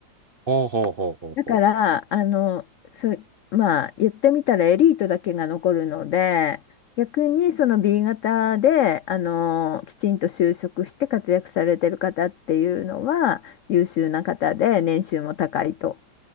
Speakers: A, on the right (about 40°); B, on the left (about 70°).
A: あ、はあ、はあ、はあ、はあはあ。
B: だからあのそまあ言ってみたらエリートだけが残るので、逆にその B 型であのきちんと就職して活躍されてる方っていうのは優秀な方で年収も高いと。